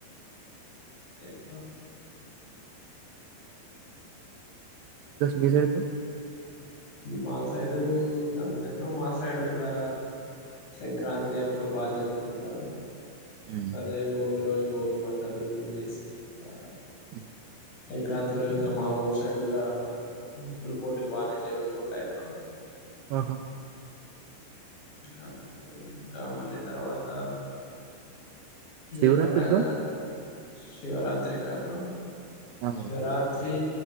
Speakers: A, on the left; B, on the right.
A: కా
B: మీ సైడ్ బ్రో
A: మా సైడు అంతే బ్రో మా సైడు కూడా సంక్రాంతి అప్పుడు బాగా జరుపుకుంటారు
B: మ్మ్.
A: అదే భోగి రోజు భోగి మంటలు వేసి ఇంకా
B: అ
A: సంక్రాంతి రోజు ఇంకా మా ఊరు సైడ్ కూడా ముగ్గుల పోటీలు బాగానే జరుగుంది ంటాయి బ్రో
B: ఆహా
A: ఇంకా అంతే ఇంకా మళ్ళీ తర్వాత
B: శివరాత్రి
A: ఏ పండగ
B: బ్రో
A: శివరాత్రకి అప్పుర
B: ఆ బ్రో.
A: శివరాత్రి